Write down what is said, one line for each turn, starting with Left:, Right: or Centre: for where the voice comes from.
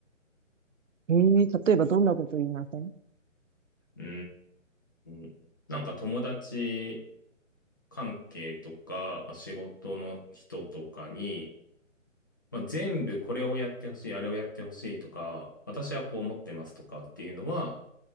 Right: ええ例えばどんなこと言いません
Left: うーん。なんか友達、関係とか、まあ、仕事の人とかに、まあ、全部これをやってほしい、あれをやってほしいとか、私はこう思ってますとかっていうのは、